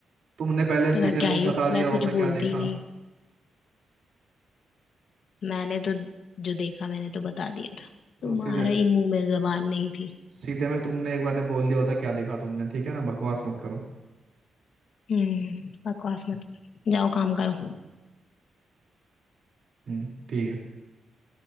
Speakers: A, on the right; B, on the left.
A: तुमने पहले
B: तो
A: सीधे
B: मैं क्या
A: मुंह
B: ही
A: बता दिया
B: मैं
A: होता
B: कुछ
A: क्या
B: बोलती
A: देखा
B: ही नहीं मैंने तो जो देखा मैंने तो बता दिया था
A: तो
B: तुम्हारा
A: सीधे
B: ही मुंह में जबान नहीं थी
A: सीधे में तुमने एक बार ने बोल दिया होता क्या देखा तुमने ठीक है ना बकवास मत करो
B: हम्म बकवास मत करो। जाओ काम करो
A: हम्म ठीक है